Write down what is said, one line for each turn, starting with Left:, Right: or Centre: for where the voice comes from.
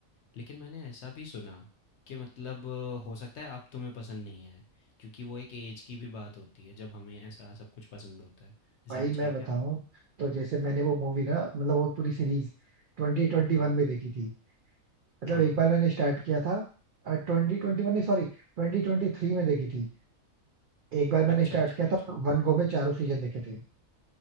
Left: लेकिन मैंने ऐसा भी सुना कि मतलब अ, हो सकता है अब तुम्हें पसंद नहीं आए क्योंकि वो एक एज की भी बात होती है जब हमें ऐसा सब कुछ पसंद होता है ऐसा
Right: भाई
Left: कुछ
Right: मैं
Left: है क्या
Right: बताऊं तो जैसे मैंने वो मूवी ना मतलब वो पूरी सीरीज ट्वेंटी ट्वेंटी वन
Left: हाँ
Right: में देखी थी मतलब
Left: हाँ
Right: एक
Left: हाँ
Right: बार मैंने स्टार्ट किया था ट्वेंटी ट्वेंटी वन नहीं सॉरी ट्वेंटी ट्वेंटी थ्री में देखी थी एक बार मैंने
Left: अच्छा
Right: स्टार्ट
Left: अच्छा
Right: किया
Left: अच्छा
Right: था मैंने वन गो में चारों सीजन देखे थे